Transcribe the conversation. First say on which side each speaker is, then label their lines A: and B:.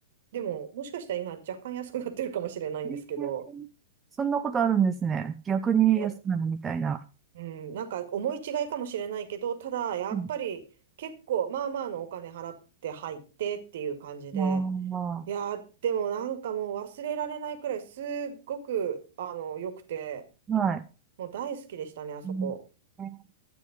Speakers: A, on the right; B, on the right.
A: でももしかしたら今若干安くなってるかもしれないんですけど、
B: い。えーそんなことあるんですね。逆に安くなるみたいな。
A: え、うん、なんか思い違いかもしれないけど、ただやっぱり結構まあまあのお金払って入ってっていう感じで、
B: うん。あ
A: いやーでもなんかもう忘れられないくらいすっごくあの良くて、
B: あ、はい。
A: もう大好きでしたね、あそこ。
B: うんえ